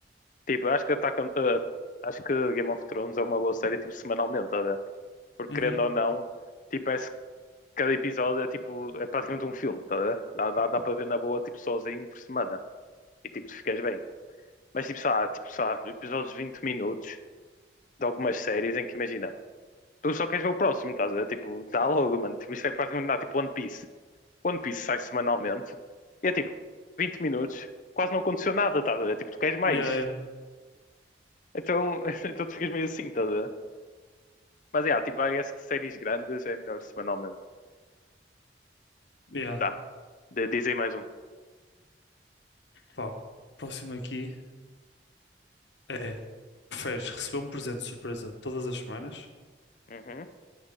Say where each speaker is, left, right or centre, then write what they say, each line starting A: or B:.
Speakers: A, on the left; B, on the left.
A: Tipo, eu acho que Attack on- eh, acho que Game of Thrones é uma boa série, tipo, semanalmente, estás a ver? Porque
B: Uhum.
A: querendo ou não, tipo, é, cada episódio é tipo, é praticamente um filme, tá? a ver? dá, dá, dá para ver na boa, tipo, sozinho por semana, e tipo, tu ficas bem. Mas tipo, sabe, tipo, sabe, episódios de 20 minutos de algumas séries em que imagina, tu só queres ver o próximo, estás a ver? Tipo, dá logo, mano, tipo, isto é praticamente nada, tipo One Piece. One Piece sai semanalmente, e é tipo, 20 minutos, quase não aconteceu nada, estás a ver? Tipo, tu queres mais.
B: Yeah, yeah.
A: Então, <laughs> então tu ficas meio assim, estás a ver? Mas é, tipo, I guess que séries grandes é melhor semanalmente.
B: yeah.
A: Tá, de dizem mais um.
B: Pá, próximo aqui é: preferes receber um presente de surpresa todas as semanas
A: Uhum.